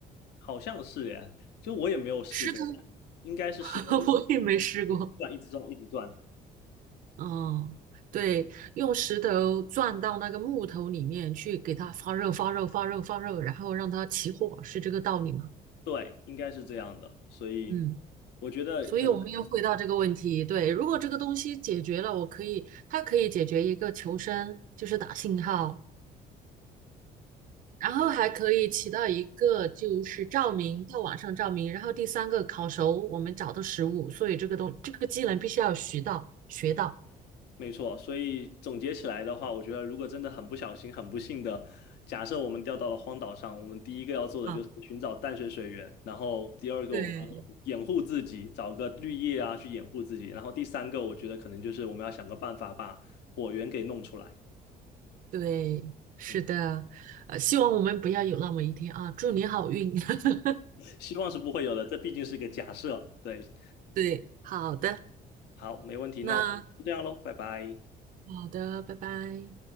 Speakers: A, on the left; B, on the right.
A: 好像是耶，就我也没有试过，
B: 石头
A: 应该是石头一
B: <laughs> 我也没试过。
A: 直转一直转一直转，
B: 嗯，对，用石头钻到那个木头里面去，给它发热、发热、发热、发热，然后让它起火，是这个道理吗？
A: 对，应该是这样的。所以
B: 嗯。
A: 我觉得可能
B: 所以我们要回到这个问题，对，如果这个东西解决了，我可以，它可以解决一个求生，就是打信号，然后还可以起到一个就是照明，到晚上照明。然后第三个烤熟我们找的食物，所以这个东这个技能必须要学到学到
A: 没错，所以总结起来的话，我觉得如果真的很不小心、很不幸的，假设我们掉到了荒岛上，我们第一个要做的就是寻找淡水水源，
B: 啊。
A: 然后第二个我们要掩护自己，
B: 对，
A: 找个绿叶啊去掩护自己，然后第三个我觉得可能就是我们要想个办法把火源给弄出来。
B: 对，是的，
A: 嗯，
B: 呃，希望我们不要有那么一天啊！祝你好运。<laughs>
A: 希望是不会有的，这毕竟是个假设。对，
B: 对，好的，
A: 好，没问题，
B: 那
A: 那我就这样喽，拜拜。
B: 好的，拜拜。